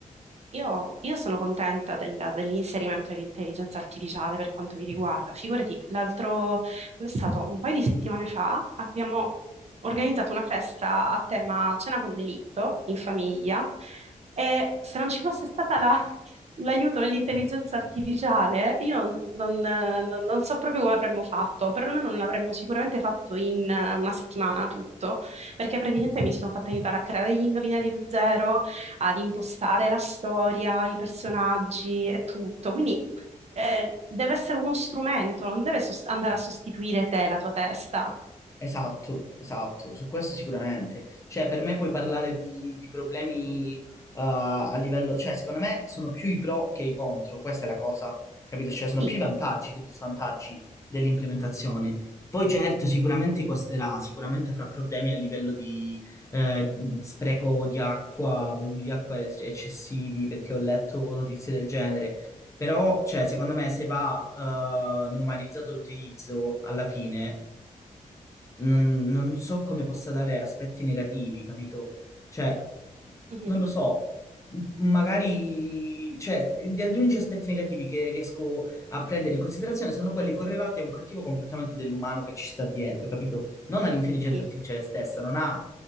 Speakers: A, on the right; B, on the left.
A: Io, io sono contenta della- dell'inserimento dell'intelligenza artificiale per quanto mi riguarda. Figurati, l'altro, è stato un paio di settimane fa, abbiamo organizzato una festa a tema cena con delitto in famiglia e se non ci fosse stata la- <laughs> l'aiuto dell'intelligenza artificiale, io non, non- non so proprio come avremmo fatto, perlomeno non l'avremmo sicuramente fatto in eh, una settimana tutto, perché praticamente mi sono fatta aiutare a creare gli indovinelli da zero ad impostare la storia, i personaggi e tutto. Quindi eh, deve essere uno strumento, non deve sos- andare a sostituire te, la tua testa.
B: Esatto, esatto, su questo sicuramente. Cioè, per me puoi parlare di, di problemi eh, a livello, cioè, secondo me sono più i pro che i contro, questa è la cosa, capito? Cioè, sono
A: Sì,
B: più i vantaggi che gli svantaggi dell'implementazione. Poi certo, sicuramente costerà, sicuramente avrà problemi a livello di eh, spreco di acqua, volumi di acqua ec- eccessivi, perché ho letto notizie del genere. Però, cioè, secondo me se va eh, normalizzato l'utilizzo alla fine non, non so come possa dare aspetti negativi, capito? Cioè,
A: Mhm.
B: non lo so, m- magari, cioè, gli gli unici aspetti negativi che riesco a prendere in considerazione sono quelli correlati a un cattivo comportamento dell'umano che ci sta dietro, capito? Non all'intelligenza
A: Sì,
B: artificiale stessa, non ha